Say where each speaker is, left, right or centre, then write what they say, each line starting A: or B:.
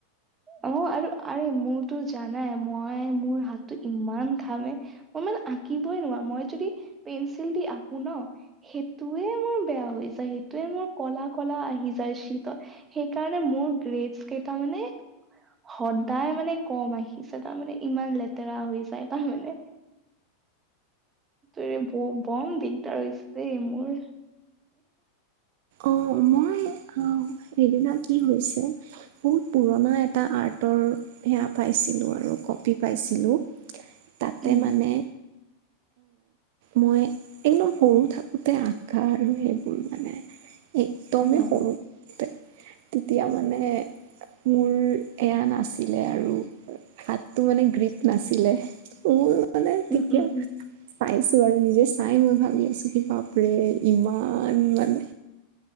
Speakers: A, on the right; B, on the right.
A: অ', আৰু আৰে মোৰতো জানাই মই মোৰ হাতটো ইমান ঘামে। মই মানে আঁকিবই নোৱাৰো, মই যদি পেঞ্চিল দি আঁকো ন। সেইটোৱে মোৰ বেয়া হৈ যায়, সেইটোৱে মোৰ কলা, কলা আহি যায় শীতত। সেইকাৰণে মোৰ গ্ৰেড কেইটা মানে সদায় মানে কম আহিছে তাৰমানে ইমান লেতেৰা হৈ যায় তাৰমানে। ত ব বম দিগদাৰ হৈছে মোৰ।
B: অ', মই সেদিনা কি হৈছে, বহুত পুৰণা এটা আৰ্ট। ফটৰ সেয়া পাইছিলোঁ, আৰু কপি পাইছিলোঁ তাতে
A: উম
B: মানে। মই একদম সৰু থাকোঁতে আঁকা আৰু এইবোৰ মানে। একদমেই
A: উম
B: সৰু। তেতিয়া মানে মোৰ এয়া নাছিলে আৰু। হাততটো মানে গ্ৰীপ নাছিলে মোৰ মানে
A: উম
B: তেতিয়া
A: উম
B: পাইছোঁ আৰু নিজে চাই মই ভাবি আছো কি পাপৰে ইমান মানে